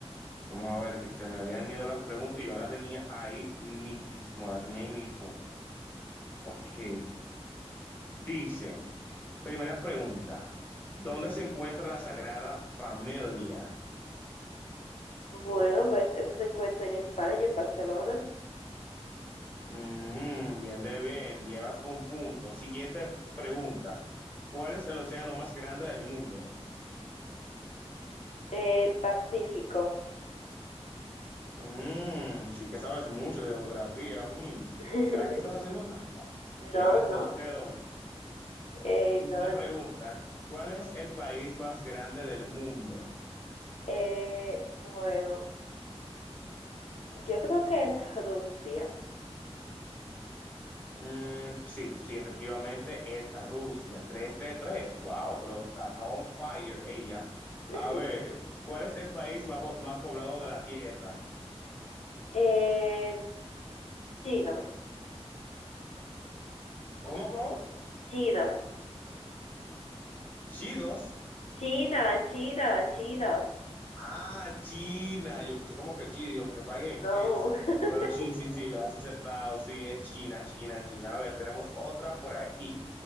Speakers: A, on the left; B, on the left.
A: vamos a ver que se me habían ido las preguntas y yo la tenía ahí mismo, la tenía ahí mismo. Ok, dice, primera pregunta, ¿dónde se encuentra la Sagrada Familia?
B: Bueno, pues eso se encuentra en España, en Barcelona.
A: Mm, bien de bien, llevas un punto. Siguiente pregunta, ¿cuál es el océano más grande del mundo?
B: El Pacífico.
A: Mm, sí que sabes mucho de geografía. mm.
B: <laughs>
A: ¿Será que estás haciendo trampa?
B: No,
A: Llevas dos
B: no.
A: dedos.
B: Eh,
A: Siguiente
B: no.
A: pregunta. ¿Cuál es el país más grande del mundo?
B: Eh, bueno, yo creo que es Rusia.
A: Mm, sí, sí, efectivamente es Rusia. 3 de 3. Wow, pero está on fire ella.
B: <laughs>
A: A ver, ¿cuál es el país más, po- más poblado de la Tierra?
B: Eh, China.
A: ¿Cómo, cómo?
B: China.
A: Chidos.
B: China, China, China.
A: Ah, China. Yo escuché como que chidos, ¿qué país
B: No.
A: es ese?
B: <laughs>
A: Pero sí, sí, sí, lo has aceptado. Sí, es China, China, China. A ver, tenemos otra por aquí.